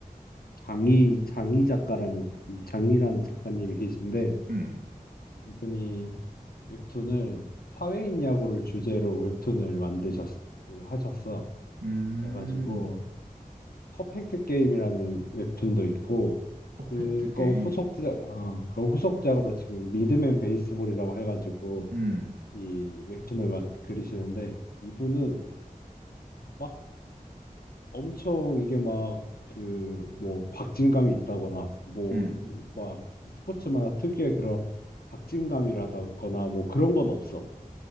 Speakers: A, on the left; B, on the right.
A: 장희 장희 작가라는 장희라는 작가님이 계신데
B: 음,
A: 이분이 웹툰을 사회인 야구를 주제로 웹툰을 만드셨 그, 하셨어.
B: 음,
A: 그래가지고 퍼펙트 게임이라는 웹툰도 있고
B: 퍼펙트
A: 그거
B: 게임.
A: 후속작 어, 그 후속작으로 지금 리드맨 베이스볼이라고 해가지고
B: 음,
A: 이 웹툰을 마- 그리시는데 이분은 막 엄청 이게 막 그 뭐 박진감이 있다거나 뭐
B: 음,
A: 막 스포츠마다 특유의 그런 박진감이라거나 뭐 그런 건 없어.